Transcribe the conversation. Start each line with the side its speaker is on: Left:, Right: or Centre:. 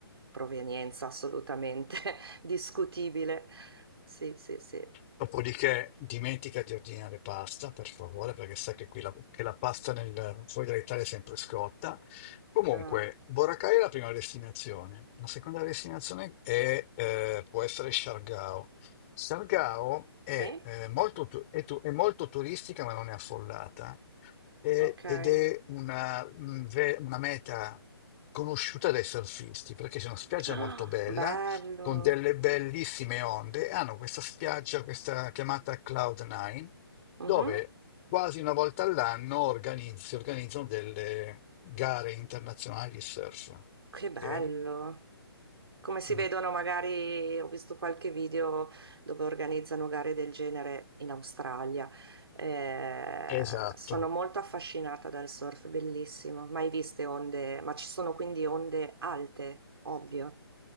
Right: provenienza assolutamente <laughs> discutibile. Sì, sì, sì.
Left: Dopodiché dimentica di ordinare pasta, per favore, perché sa che qui la, che la pasta nel, fuori dall'Italia è sempre scotta. Comunque,
Right: Ah,
Left: Boracay è la prima destinazione. La seconda destinazione è, eh, può essere Siargao. Siargao è,
Right: sì?
Left: eh, molto, tu- è tu- è molto turistica, ma non è affollata, e-
Right: Ok.
Left: ed è
Right: <gasps>
Left: una, mm, ve- una meta conosciuta dai surfisti, perché c'è una spiaggia
Right: Ah,
Left: molto bella
Right: bello.
Left: con delle bellissime onde, e hanno questa spiaggia, questa chiamata Cloud9,
Right: Mhm.
Left: dove quasi una volta all'anno organizz- si organizzano delle gare internazionali di surf.
Right: Che bello.
Left: Ok?
Right: Come si
Left: Mm.
Right: vedono, magari ho visto qualche video dove organizzano gare del genere in Australia. Eh,
Left: Esatto.
Right: sono molto affascinata dal surf, bellissimo. Mai viste onde, ma ci sono quindi onde alte, ovvio,